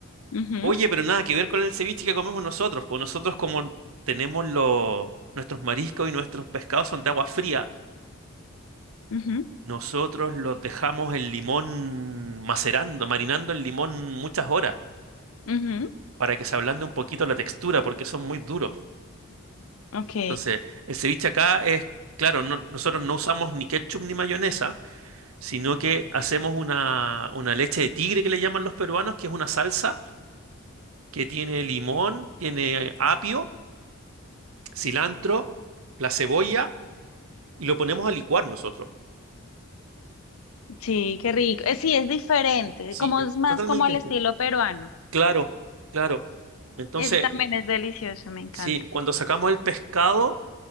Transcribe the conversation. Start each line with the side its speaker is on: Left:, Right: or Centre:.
Left: Ujú,
Right: Oye, pero nada que ver con el ceviche que comemos nosotros, pues nosotros como tenemos los, nuestros mariscos y nuestros pescados son de agua fría,
Left: ujú,
Right: nosotros los dejamos el limón macerando, marinando el limón muchas horas
Left: ujú,
Right: para que se ablande un poquito la textura porque son muy duros.
Left: Ok.
Right: Entonces, el ceviche acá es, claro, no- nosotros no usamos ni ketchup ni mayonesa, sino que hacemos una, una leche de tigre que le llaman los peruanos, que es una salsa que tiene limón, tiene apio, cilantro, la cebolla, y lo ponemos a licuar nosotros.
Left: Sí, qué rico. Eh, sí, es diferente,
Right: Sí,
Left: como
Right: es
Left: es más
Right: totalmente
Left: como al
Right: distinto.
Left: estilo peruano.
Right: Claro, claro. Entonces,
Left: Y ese también es delicioso, me encanta.
Right: sí, cuando sacamos el pescado,